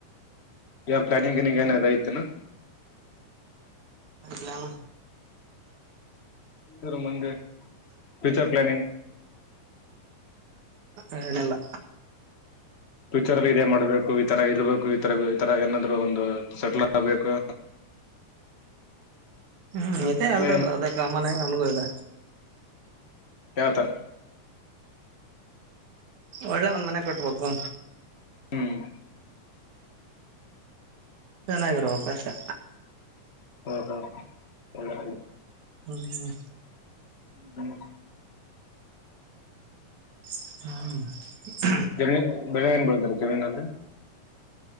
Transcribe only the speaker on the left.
ಯ ಪ್ಲಾನಿಂಗ್ ಏನಿಂಗ ಏನಾದ್ರು ಆಯ್ತೇನೋ
ಇರ ಮಂದು ಫ್ಯೂಚರ್ ಪ್ಲಾನಿಂಗ್.
ಫ್ಯೂಚರ್ಲ್ಲಿ ಇದೇ ಮಾಡ್ಬೇಕು ಈಥರ ಇರಬೇಕು ಈತರ ಈ ತರ ಏನಾದ್ರು ಒಂದು ಸೆಟ್ಲ್ ಆಗ್ಬೇಕು.
ಆತರ
ಯಾವತರ.
ಹ್ಮ್
ಹ್ಮ- ಹ್ಮ -ಎಲ್ಲ- ಅ.
-ಹ್ಮ. -
ಜಮೀನ್ ಬೆಳೆ ಏನ್ ಬೆಳಾದ್ರಿ ಜಮೀನಲ್ಲಿ.